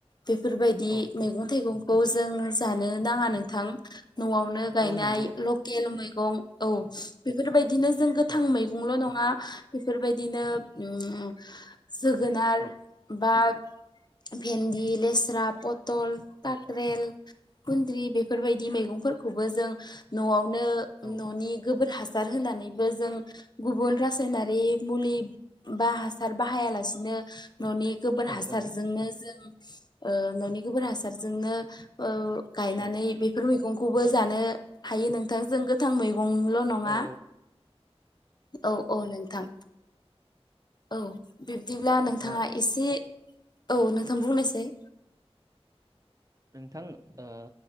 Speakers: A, on the left; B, on the right.
A: बेफोरबाय
B: औ
A: मैगं थाइगंखौ जों जानो नाङा नोंथां न'वावनो गायनाय
B: औ नंगौ
A: लकेल मै गं औ बेफोरबायदिनो जों गोथां
B: औ
A: मैगंल' नङा बेफोरबायदिनो उम जोगोनार
B: औ
A: बा भेन्दि, लेस्रा, प टल काक्रेल,
B: औ
A: कुन्द्रि बेफोरबायदि मैगंफोरखौ बो जों न'वावनो
B: औ
A: न'नि गोबोर हासार होनानै बो जों गुबुन रासायनारि मुलि बा हासार बाहायालासिनो न'नि गोबोर
B: औ
A: हासारजोंनो
B: औ
A: जों ओ न'नि गोबोर हासारजोंनो ओ गायनानै
B: औ
A: बेफोर खौबो जानो हायो नोंथां जों गोथां मैगंल' नङा
B: औ
A: औ औ नोंथां औ बिब्दिब्ला नोंथाङा
B: ओ
A: एसे औ नोंथां बुंनायसाय
B: नोंथां ओ